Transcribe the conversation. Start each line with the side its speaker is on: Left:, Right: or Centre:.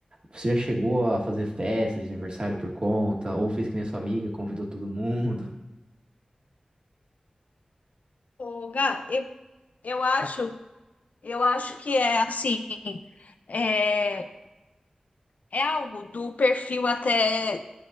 Right: você já chegou a fazer festa de aniversário por conta? Ou fez que nem a sua amiga, convidou todo mundo?
Left: Ô, Gá, eu, eu acho, eu acho que é assim, é, é algo do perfil até.